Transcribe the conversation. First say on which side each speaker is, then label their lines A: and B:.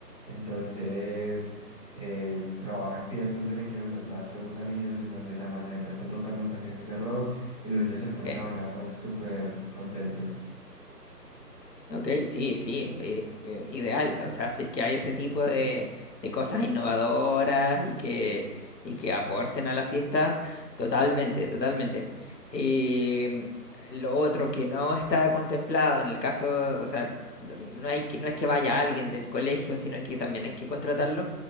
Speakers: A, on the left (about 20°); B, on the left (about 90°).
A: Entonces eh, trabaja en fiestas de niños, da shows a niños en donde la marioneta está tocando canciones de rock y los niños se ponen
B: ok.
A: a bailar rock súper contentos.
B: Ok, sí, sí, eh, eh, ideal. O sea, si es que hay ese tipo de, de cosas innovadoras y que, y que aporten a la fiesta, totalmente, totalmente. Em, lo otro que no está contemplado en el caso, o sea, no hay que, no es que vaya alguien del colegio, sino que también hay que contratarlo,